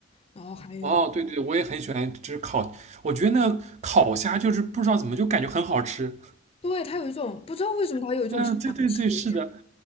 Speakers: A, on the left (about 30°); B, on the right (about 35°).
A: 然后还有，
B: 哦，对对，我也很喜欢，就是烤，我觉得那个烤虾就是不知道怎么就感觉很好吃。
A: 对，它有一种不知道为什么它有一种香气。
B: 嗯，对对对，是的，